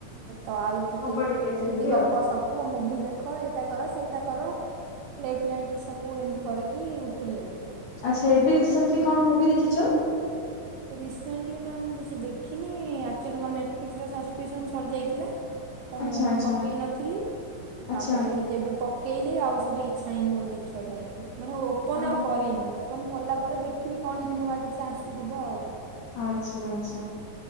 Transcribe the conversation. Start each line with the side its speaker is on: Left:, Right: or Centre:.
Right: ତ ଆଉ ଟିକେ
Left: ହବ
Right: ଏମିତି
Left: ସେମିତି
Right: ଗପ,
Left: ଆଉ
Right: ସପ ପ ମୁଭି ଦେଖ ଏଇଟା କର ସେଇଟା କର, ଲେଟ୍ ନାଇଟ୍ ସବୁ ଏମିତି କରିକି କି ଉଠୁ ଲେଟ୍।
Left: ଆଚ୍ଛା ଏବେ ରିସେଣ୍ଟଲି କଣ ମୁଭି ଦେଖିଚ?
Right: ରିସେଣ୍ଟଲି ମ୍ୟାମ୍ ମୁଁ କିଛି ଦେଖିନି। ଆକ୍ଚୁଆଲି ମୋର ନେଟଫ୍ଲିକ୍ସର ସବସ୍କ୍ରିପସନ୍ ସରିଯାଇଥିଲା। ତ
Left: ଆଚ୍ଛା
Right: ମୁଁ
Left: ଆଚ୍ଛା
Right: ପକେଇ ନଥିଲି ତାପରେ
Left: ଆଚ୍ଛା।
Right: ଯେବେ ପ ପକେଇଲି ଆଉ ସେବେ ଇଚ୍ଛା ହେଇନି ମୋର ଦେଖିବା ପାଇଁ ମାନେ ଓପନ
Left: ଅ
Right: ଆଉ କରିନି। ଓପନ କଲା ପରେ ଦେଖିବି କଣ ଯଦି ନୂଆ କିଛି ଆସିଥିବ ଆଉ।
Left: ଆଚ୍ଛା, ଆଛା